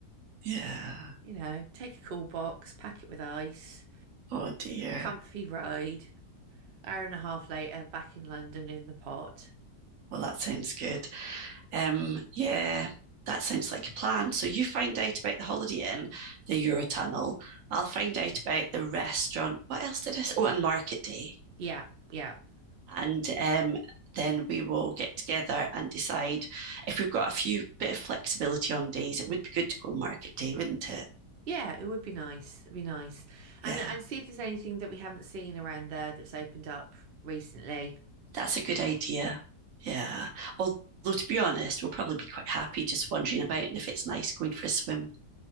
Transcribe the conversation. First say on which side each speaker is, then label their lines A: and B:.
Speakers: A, on the right (about 60°); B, on the right (about 80°).
A: Yeah.
B: you know, take a cool box, pack it with ice,
A: Oh dear.
B: comfy ride. Hour and a half later, back in London in the pot.
A: Well, that sounds good. Um, yeah, that sounds like a plan. So you find out about the Holiday Inn, the Eurotunnel. I'll find out about the restaurant. What else did I say? Oh, and Market Day.
B: Yeah, yeah.
A: And um, then we will get together and decide if we've got a few bit of flexibility on days. It would be good to go on Market Day, wouldn't it?
B: Yeah, it would be nice. It'd be nice. And
A: Yeah,
B: and see if there's anything that we haven't seen around there that's opened up recently.
A: that's a good idea. Yeah. Although to be honest, we'll probably be quite happy just wandering about, and if it's nice, going for a swim.